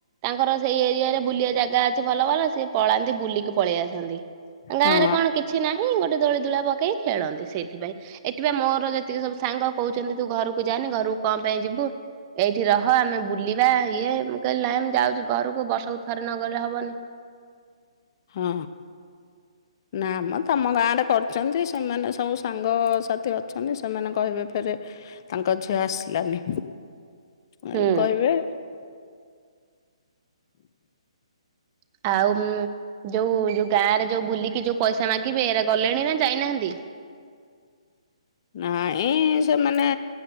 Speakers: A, on the right; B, on the left.
A: ତାଙ୍କର ସେଇ ଏରିଆରେ ବୁଲିବା ଜାଗା ଅଛି ଭଲ ଭଲ ସିଏ ପଳାନ୍ତି ବୁଲିକି ପଳେଇ ଆସନ୍ତି।
B: ହଁ
A: ଗାଁ ରେ କଣ କିଛି ନାହିଁ ଗୋଟେ ଦୋଳି ଦୋଳା ପକେଇ ଖେଳନ୍ତି ସେଇଥିପାଇଁ ଏଠିବା ମୋର ଯେତିକି ସବୁ ସାଙ୍ଗ କହୁଛନ୍ତି ତୁ ଘରକୁ ଯାନି ଘରକୁ କଣ ପାଇଁ ଯିବୁ ଏଇଠି ରହ ଆମେ ବୁଲିବା ଇଏ ମୁଁ କହିଲି ନାହିଁ ମୁଁ ଯାଉଛି ଘରକୁ ବର୍ଷକୁ ଥରେ ନଗଲେ ହବନି।
B: ହଁ ନା ମ ତମ ଗାଁ ରେ କରିଛନ୍ତି ସେମାନେ ସବୁ ସାଙ୍ଗସାଥି ଅଛନ୍ତି ସେମାନେ କହିବେ ଫେରେ ତାଙ୍କ ଝିଅ ଆସିଲାନି। ଆଉ
A: ହୁଁ
B: କହିବେ।
A: <inaudible> ଆଉ ଯୋଉ ଯୋଉ ଗାଁରେ ଯୋଉ ବୁଲିକି ଯୋଉ ପଇସା ମାଗିବେ ଏରା ଗଲେଣି ନା ଯାଇନାହାନ୍ତି?
B: ନାଇଁ ସେମାନେ